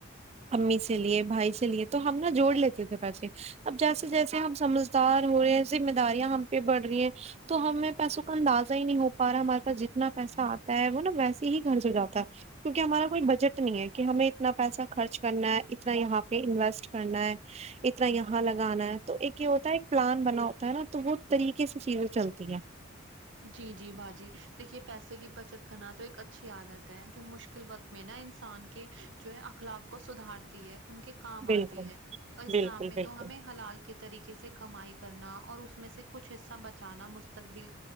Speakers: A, on the right; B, on the right.
A: امی سے لیے بھائی سے لیے تو ہم نا جوڑ لیتے تھے پیسے اب جیسے جیسے ہم سمجھدار ہوئے ذمہ داریاں ہم پہ بڑھ رہی ہیں تو ہمیں پیسوں کا اندازہ ہی نہیں ہو پا رہا ہے ہمارے پاس جتنا پیسہ آتا ہے وہ نا ویسے ہی گھر سے جاتا ہے کیونکہ ہمارا کوئی بجٹ نہیں ہے کہ ہمیں اتنا پیسہ خرچ کرنا ہے اتنا یہاں پے انوسٹ کرنا ہے اتنا یہاں لگانا ہے تو ایک یہ ہوتا ہے ایک پلان بنا ہوتا ہے نا تو وہ طریقے سے چیزیں چلتی ہیں
B: جی جی باجی دیکھیے پیسے کی بچت کرنا تو ایک اچھی عادت ہے جو مشکل وقت میں نا انسان کے جو ہے اخلاق کو سدھارتی ہے ان کے کام
A: بالکل
B: آتی ہے اور اسلام
A: بالکل
B: میں
A: بالکل
B: تو ہمیں حلال کے طریقے سے کمائی کرنا اور اس میں سے کچھ حصہ بچانا مستقبل